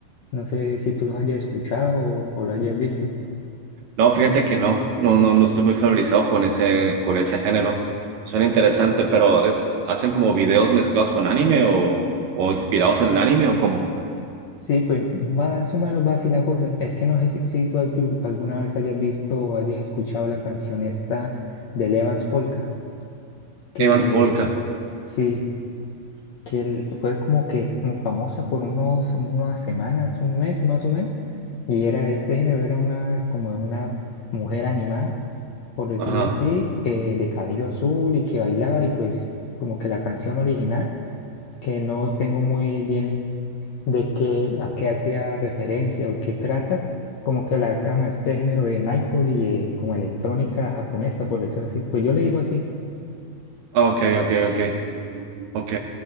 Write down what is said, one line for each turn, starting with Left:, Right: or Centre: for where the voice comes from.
Left: No sé si tú los hayas escuchado o, o lo hayas visto.
Right: no, fíjate que no, no, no, no estoy muy familiarizado con ese, con ese género. Suena interesante, pero es, ¿hacen como videos mezclados con anime o, o inspirados en el anime o cómo?
Left: Sí, pues más o menos va así la cosa. Es que no sé si, si tú algu- alguna vez hayas visto o hayas escuchado la canción esta de Levance Polka, que
Right: Evans Polka.
Left: sí. que él fue como que como famosa por unos, unas semanas, un mes más o menos, y era este género, era una como una mujer animada, por decirlo
Right: Ajá.
Left: así, eh, de cabello azul y que bailaba y pues como que la canción original, que no tengo muy bien de qué, a qué hacía referencia o qué trata, como que la adaptaron a este género de Nightcore y eh, como electrónica japonesa, por decirlo así, pues yo le digo así,
Right: Ah, Ok, ok, ok. Ok.